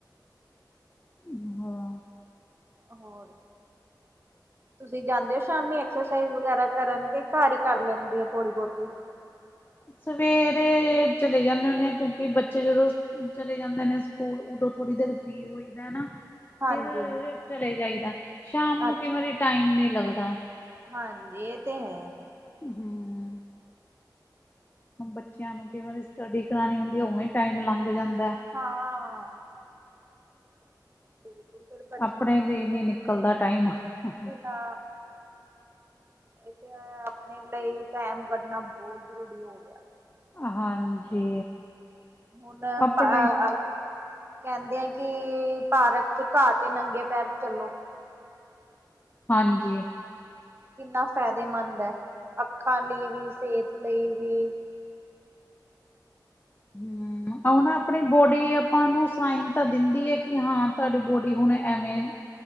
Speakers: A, on the left (about 25°); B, on the right (about 30°).
A: ਦੀਦੀ ਹੋਰ
B: ਹੋਰ ਤੁਸੀਂ ਜਾਂਦੇ ਓ ਸ਼ਾਮੀ ਐਕਸਰਸਾਈਜ਼ ਵਗੈਰਾ ਕਰਨ ਕੇ ਘਰ ਈ ਕਰ ਲੈਂਦੇ ਓ ਥੋੜੀ ਬੋਤੀ?
A: ਸਵੇਰੇ ਚਲੇ ਜਾਂਦੇ ਹੁੰਦੇ ਆ ਕਿਉਂਕਿ ਬੱਚੇ ਜਦੋਂ ਚਲੇ ਜਾਂਦੇ ਨੇ ਸਕੂਲ ਉਦੋਂ ਥੋੜੀ ਦੇਰ ਫਰੀ ਹੋਈਦਾ ਹਨਾ।
B: ਹਾਂਜੀ
A: ਫਿਰ ਚਲੇ ਜਾਈਦਾ ਸ਼ਾਮ ਨੂੰ
B: ਅੱਛਾ
A: ਕਈ ਵਾਰੀ ਟਾਈਮ ਨੀ ਲੱਗਦਾ।
B: ਹਾਂਜੀ ਏ ਤੇ ਹੈ।
A: ਹੂੰ ਬੱਚੇਆਂ ਨੂੰ ਕਈ ਵਾਰੀ ਸਟੱਡੀ ਕਰਾਣੀ ਹੁੰਦੀ ਉਵੇ ਈ ਟਾਈਮ ਲੰਗ ਜਾਂਦਾ।
B: ਹਾਂ ਬਿਲਕੁਲ- ਬਿਲ
A: ਆਪਣੇ ਲਈ ਨੀ ਨਿਕਲਦਾ ਟਾਈਮ ਹਹ
B: ਨਾ ਇੱਕ ਤੇ ਆਪਣੇ ਲਈ ਟਾਇਮ ਕੱਢਣਾ ਬੋਤ ਜ਼ਰੂਰੀ ਹੋ ਗੇਆ।
A: ਹਾਂਜੀ।
B: ਹੁਣ ਆਪਾ
A: ਆਪਣੇ
B: ਆ ਕੇਂਦੇ ਆ ਕਿ ਤੇ ਪਾਰਕ ਚ ਘਾਹ ਤੇ ਨੰਗੇ ਪੈਰ ਚੱਲੋ।
A: ਹਾਂਜੀ।
B: ਕਿੰਨਾ ਫਾਇਦੇਮੰਦ ਐ, ਅੱਖਾਂ ਲਈ ਵੀ ਸੇਤ ਲਈ ਵੀ।
A: ਹੂੰ ਓ ਨਾ ਆਪਣੀ ਬੋਡੀ ਆਪਾਂ ਨੂੰ ਸਾਈਨ ਤਾਂ ਦਿੰਦੀ ਆ ਕਿ ਹਾਂ ਤੁਆਡੀ ਬੋਡੀ ਹੁਣ ਐਵੇਂ <inaudible>